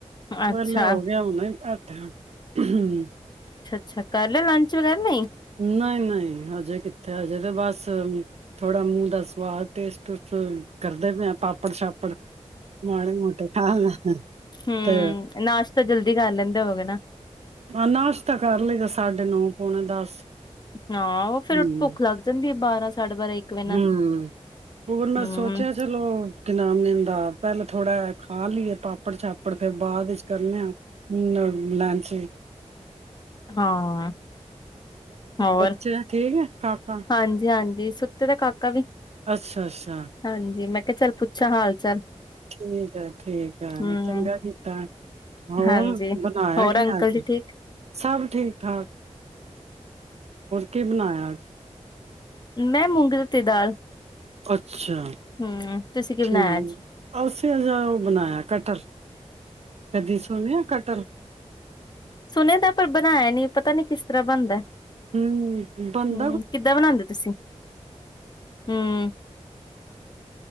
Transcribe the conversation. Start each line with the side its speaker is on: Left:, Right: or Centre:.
Left: ਅੱਛਾ
Right: ਵੇਲੇ ਹੋ ਗਿਆ ਹੁਣੇ ਹੀ ਬੈਠੇ ਹਾਂ ਹ
Left: ਅੱਛ ਕ
Right: ਨਹੀਂ ਨਹੀਂ ਹਜੇ ਕਿੱਥੇ ਹਜੇ ਤੇ ਬਸ ਥੋੜਾ ਮੂੰਹ ਦਾ ਸਵਾਦ ਟੇਸਟ ਟੁਸਟ ਕਰਦੇ ਪਏ ਆ ਪਾਪੜ ਸ਼ਾਪੜ ਮਾੜੇ ਮੋਟੇ ਖਾ ਲ
Left: ਹਮ
Right: ਤੇ
Left: ਨਾਸ਼ਤਾ ਜਲਦੀ ਕਰ ਲੈਂਦੇ ਹੋਗੇ ਨਾ
Right: ਅਹ ਨਾਸ਼ਤਾ ਕਰ ਲਈ ਗ ਸਾਢੇ ਨੌ ਪੌਣੇ ਦਸ <unintelligible>
Left: ਹਾਂ ਉਹ ਫੇਰ
Right: ਹਮ
Left: ਭੁੱਖ ਲੱਗ ਜਾਂਦੀ ਹੈ ਬਾਰਾਂ ਸਾਢੇ ਬਾਰਾਂ ਇੱਕ ਵਜੇ ਨਾਲ
Right: ਹਮ ਹੋਰ ਮੈਂ
Left: ਹੂੰ
Right: ਸੋਚਿਆ ਚਲੋ ਕਿ ਨਾਮ ਲੈਂ <unintelligible> ਪਹਿਲਾਂ ਥੋੜ੍ਹਾ ਖਾ ਲਈਏ ਪਾਪੜ ਛਾਪੜ ਫੇਰ ਬਾਅਦ ਵਿੱਚ ਕਰਨੇ ਆ <unintelligible> ਲੰਚ
Left: ਹਾਂ ਹੋਰ
Right: ਬੱਚੇ ਠੀਕ ਹੈ ਕਾਕਾ
Left: ਹਾਂਜੀ ਹਾਂਜੀ ਸੁ ਤੇਦਾ ਕਾ <unintelligible> ਕਵੀ
Right: ਅੱਛਾ ਅੱਛਾ
Left: ਹਾਂਜੀ ਮੈਂ ਕਿਆ ਚੱਲ ਪੁੱਛਾ ਹਾਲ ਚਾਲ
Right: ਠੀਕ ਹੈ ਠੀਕ ਹੈ
Left: ਹੂੰ
Right: ਚੰਗਾ ਕੀਤਾ ਹੋਰ
Left: ਹਾਂਜੀ
Right: ਬਣਾਇਆ
Left: ਹੋਰ
Right: ਕੀ
Left: ਅੰਕਲ
Right: ਅੱਜ
Left: ਜੀ ਠੀਕ
Right: ਸਭ ਠੀਕ ਕੀ ਬਣਾਇਆ ਅੱਜ
Left: ਮੈਂ ਮੂੰਗੀ ਤੀ ਦਾਲ
Right: ਅੱਛਾ <unintelligible> ਅੱਛਾ
Left: ਹੂੰ ਤੁਸੀਂ ਕੀ ਬਣਾਇਆ
Right: ਠੀਕ
Left: ਅੱਜ?
Right: ਅਸੀਂ ਅਜਹਾ ਉਹ ਬਣਾਇਆ ਕਟਲ ਕਦੀ ਸੁੋਣਿਆ ਕਟਰਲ <inaudible>
Left: ਸੁਣੇ ਦਾ ਪਰ ਬਣਾਇਆ ਨੀ ਪਤਾ ਨੀ ਕਿਸ ਤਰ੍ਹਾਂ ਬਣਦਾ <inaudible>
Right: ਹਮ ਬੰ
Left: ਹੂੰ ਕਿੱਦਾਂ ਬਣਾਉਂਦੇ ਤੁਸੀਂ ਹੂੰ